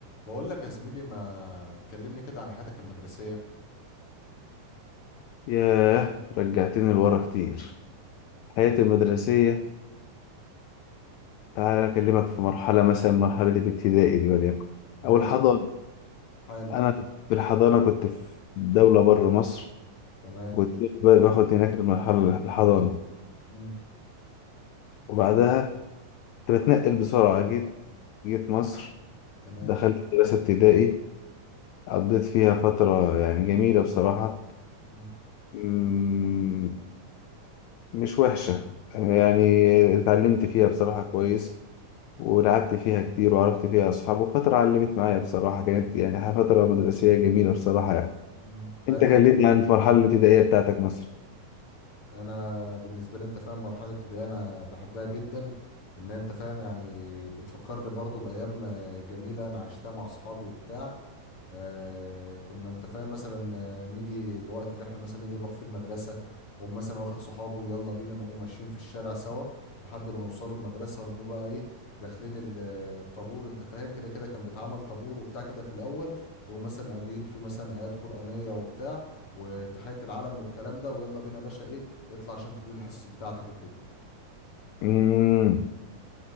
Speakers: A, on the left; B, on the left.
A: بقول لك يا زميلي ما تكلمني كده عن حياتك المدرسية
B: ياه رجعتني لورا كتير حياتي المدرسية تعال أكلمك في مرحلة مثلا مرحلة الابتدائي دي وليكن
A: ماشي
B: أو الحضانة
A: حلو
B: أنا في الحضانة كنت في دولة بره مصر
A: تمام
B: وكنت باخد هناك المرحلة الحضانة
A: مم.
B: وبعدها كنت بتنقل بسرعة جيت جيت مصر
A: تمام
B: دخلت مدرسة ابتدائي قضيت فيها فترة يعني جميلة بصراحة
A: مم.
B: مم، مش وحشة يعني اتعلمت فيها بصراحة كويس ولعبت فيها كتير وعرفت فيها أصحاب وفترة علمت معايا بصراحة كانت يعني فترة مدرسية جميلة بصراحة يعني
A: مم. حلو
B: أنت كلمني عن المرحلة الابتدائية بتاعتك مثلا
A: انا بالنسبه لي انت فاهم مرحله ابتدائيه انا بحبها جدا ان انت فاهم يعني بتفكرني برضو بايام آه، جميله انا عشتها مع اصحابي وبتاع آه كنا انت فاهم مثلا آه، نيجي الوقت اللي احنا مثلا نيجي نروح فيه المدرسه واقوم مثلا واخد صحابي ويلا بينا نقوم ماشيين في الشارع سوا لحد ما نوصلوا المدرسه ونقوم بقى ايه داخلين ال- الطابور انت فاهم كده كده كان بيتعمل طابور وبتاع كده في الاول يقوم مثلا قاريين فيه مثلا ايات قرانيه وبتاع وتحيه العلم والكلام ده ويلا بينا يا باشا ايه اطلع عشان تبتدي الحصص بتاعتك وكده
B: امم